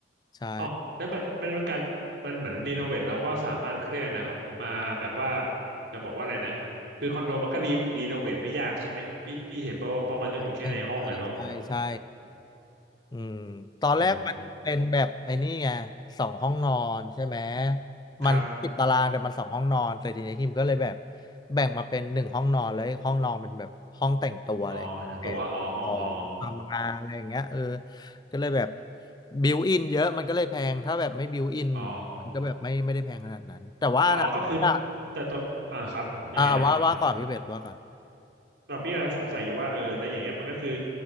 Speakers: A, on the left; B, on the right.
A: ใช่
B: อ๋อแล้วมันมันเป็นการมันเหมือนรีโนเวทเราก็สามารถเขาเรียกอะไรนะครับมาแบบว่าจะบอกว่าอะไรนะคือคอนโดมันก็รีรีโนเวทไม่ยากใช่ไหมพี่พี่เห็นเพราะเพราะมันต้องอยู่แค่ในห้องอะเนอะ
A: ใช่ใช่ใช่ใช่ อืมตอนแรกมันเป็นแบบไอ้นี่ไง
B: อ๋อ
A: สองห้องนอนใช่ไหม
B: ครับ
A: มันติดตารางแต่มันสองห้องนอนแต่ทีนี้ทีมก็เลยแบบแบ่งมาเป็นหนึ่งห้องนอนเลยห้องนอนเป็นแบบห้องแต่งตัวอะไรแอนของทำงานอะไรอย่างเงี้ยเออ
B: อ๋อตัวอ๋อห้องอ๋อ
A: ก็เลยแบบบิวอินเยอะมันก็เลยแพงถ้าแบบไม่บิวอิน
B: อ๋อ
A: มันก็แบบไม่ไม่ได้แพงขนาดนั้นแต่ว่านะอ่ะ
B: ก็อ๋อก็คือแต่ตัวอ่าครับยังไงนะครับ
A: อ่าว่าว่าก่อนพี่เบสว่าก่อน
B: เราพี่กำลังสงสัยอยู่ว่าเออแล้วอย่างเงี้ยมันก็คือ